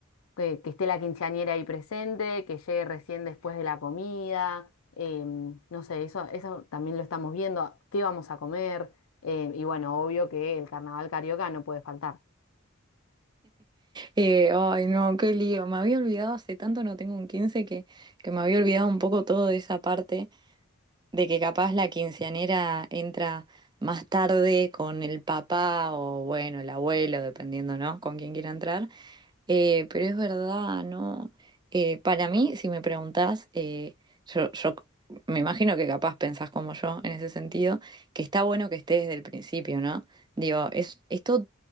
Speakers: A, on the left; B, on the right.
A: que, que esté la quinceañera ahí presente, que llegue recién después de la comida. em, no sé, eso, eso también lo estamos viendo. ¿Qué vamos a comer? Em, y bueno, obvio que el carnaval carioca no puede faltar.
B: Eh, ay, no, qué lío. Me había olvidado, hace tanto no tengo un 15 que, que me había olvidado un poco todo de esa parte, de que capaz la quinceañera entra más tarde con el papá o bueno, el abuelo, dependiendo, ¿no? Con quién quiera entrar. Eh, pero es verdad, ¿no? Eh, para mí, si me preguntás, eh, yo, yo c- me imagino que capaz pensás como yo en ese sentido, que está bueno que esté desde el principio, ¿no? Digo, es, es todo